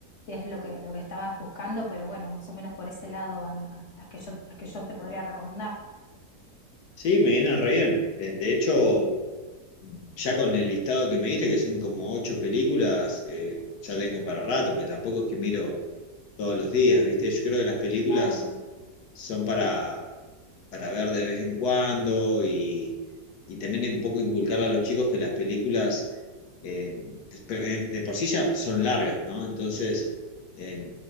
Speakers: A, on the left; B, on the left.
A: si es lo que, lo que estabas buscando, pero bueno, más o menos por ese lado van las las que yo, las que yo te podría recomendar.
B: sí, me vienen re bien. Eh, De hecho, ya con el listado que me diste, que son como ocho películas, eh, ya tengo para rato, porque tampoco es que miro todos los días, ¿viste? Yo creo que las películas
A: Claro, no.
B: son para, para ver de vez en cuando y, y también un poco inculcar a los chicos que las películas eh, de de por sí ya son largas, ¿no? Entonces, eh,